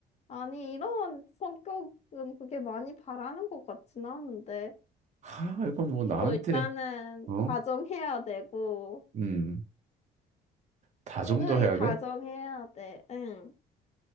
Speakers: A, on the left; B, on the right.
A: 아니, 이런 성격은 그게 많이 바라는 것 같진 않은데.
B: 하, 이건 뭐
A: 이거
B: 나한테,
A: 일단은
B: 어?
A: 다정해야 되고,
B: 음, 다
A: 은근히
B: 정도 해야
A: 다정해야
B: 돼?
A: 돼. 응.